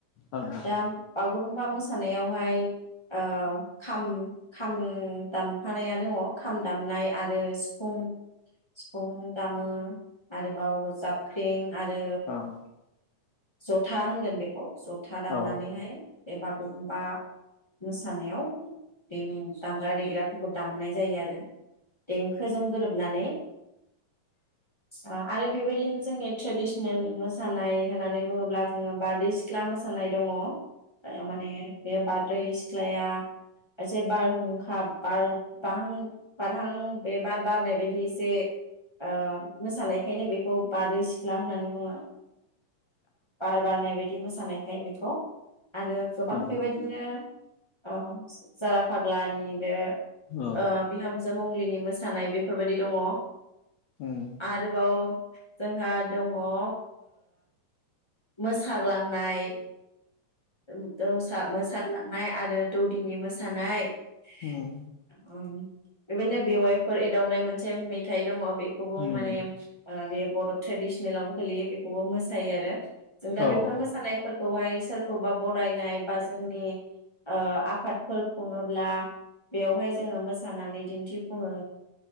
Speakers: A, on the left (about 75°); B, on the left (about 15°).
A: औ
B: दा बगु बागुरुमबा मोसानायावहाय ओ खाम खाम दामफानाया दङ खाम दामनाय आरो सिफुं, सिफुं दामो । आरोबाव जाबख्रिं आरो
A: उम
B: जथ था होनगोन बेखौ । जथा दामनानैहाय
A: औ
B: बे बागुरुमबा मोसानायाव बे दामग्रा देग्राफोरखौ दामनाय जायो आरो । देंखोजों गोरोबनानै ओ आरो बेबायदिनो जोंनि ट्रेडिसनेल मोसानाय होननानै बुङोब्ला जोङो बारदै सिख्ला मोसानाय दङ । माने बेबादि बारदै सिख्लाया, एसे बारहुंखा बार बाहां बारहां बे बार बारनाय बायदि, एसे ओ मोसानायखायनो बेखौ बारैसि सिख्ला होननानै बुङो। बार बारनाय बायदि मोसानायखौ। औ <unintelligible> हेल' आरो गोबां
A: उम
B: बेबायदिनो ओ जारा फाग्लानि बे
A: औ
B: ओ। बिहामजो मंलिनि मोसानाय बेफोरबायदि दङ।
A: उम
B: आरोबाव जोंहा दङ ओ। मोसाग्लांनाय। म <unintelligible> मोसागलांनाय आरो दौदिनि मोसानाय। थानायाय।
A: उम
B: ओ ओं। बिबायदिनो बेवाइफोर एदावनाय मोनसे मेथाइ दङ। बे खोबो
A: उम
B: माने ओ बे। बर' ट्रेडिसनेलावनो गोलैयो बेखौबो मोसायो आरो। जों दा
A: औ
B: बेफोर
A: औ
B: मोसानायफोरखौहाय सोर खौबा बरायनाय बा जोंनि। ओ आफादफोर खुङोब्ला बेयावहाय जोङो मोसानानै दिन्थिफुङो।